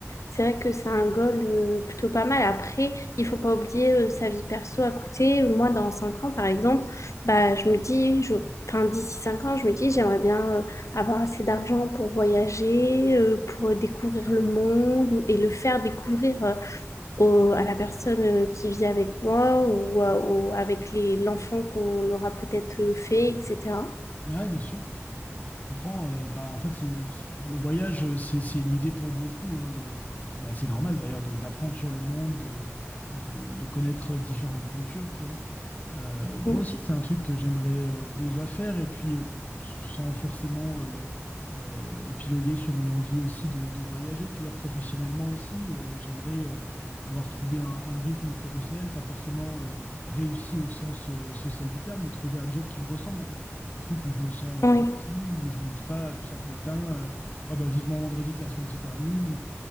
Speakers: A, on the left (about 80°); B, on the left (about 30°).
A: c'est vrai que c'est un goal euh, plutôt pas mal. Après, il faut pas oublier euh, sa vie perso à côté. Moi, dans 5 ans, par exemple, bah, je me dis, je... enfin, d'ici 5 ans, je me dis, j'aimerais bien euh, avoir assez d'argent pour voyager, euh, pour découvrir le monde et le faire découvrir. euh, au- à la personne euh, qui vit avec moi ou, euh, ou avec les, l'enfant qu'on aura peut-être euh, fait, etc.
B: Ouais, bien sûr. Je comprends. euh, bah, en fait, c'est, le voyage, euh, c'est, c'est une idée pour beaucoup. hein, de, bah, c'est normal d'ailleurs de- d'apprendre sur le monde, de, de, de connaître différentes cultures, tu vois. Euh, moi
A: Mm.
B: aussi, c'est un truc que j'aimerais euh, déjà faire, et puis euh, sans forcément euh, euh, épiloguer sur mon envie aussi de, de voyager, tu vois, professionnellement aussi, euh, j'aimerais euh, avoir trouvé un, un rythme professionnel, pas forcément euh, réussi au sens euh, social du terme, mais trouver un job qui me ressemble en fait, un truc où je me sens euh,
A: Oui.
B: utile, où je me dis pas euh, chaque matin, euh, oh bah vivement vendredi que la semaine se termine,